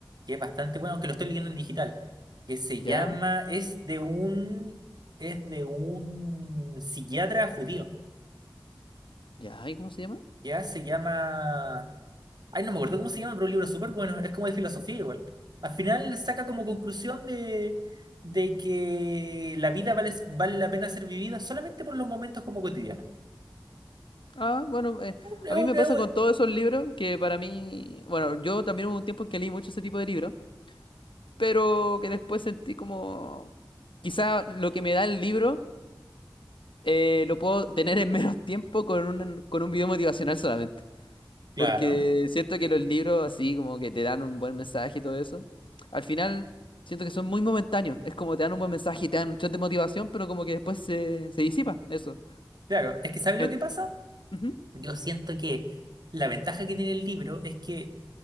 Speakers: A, on the right (about 55°); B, on the left (about 85°).
A: que es bastante bueno, aunque lo estoy leyendo en digital, que se
B: ya,
A: llama, es de un, es de un psiquiatra judío,
B: ya, ¿y cómo se llama?
A: ya se llama, ay, no me acuerdo cómo se llama, pero un libro súper bueno, es como de filosofía igual. Al final saca como conclusión de, de que la vida vale, vale la pena ser vivida solamente por los momentos como cotidianos.
B: Ah, bueno, eh,
A: es un-
B: a mí me pasa
A: es un-
B: con todos esos libros que para mí, bueno, yo también hubo un tiempo en que leí mucho ese tipo de libros. pero que después sentí como quizá lo que me da el libro eh, lo puedo tener en menos tiempo con un, con un video motivacional solamente.
A: Claro,
B: Porque siento que los libros así como que te dan un buen mensaje y todo eso, al final siento que son muy momentáneos. Es como te dan un buen mensaje y te dan un shot de motivación, pero como que después se, se disipa eso.
A: claro. Es que ¿sabes
B: Et-
A: lo que pasa?
B: Ujú.
A: Yo siento que la ventaja que tiene el libro es que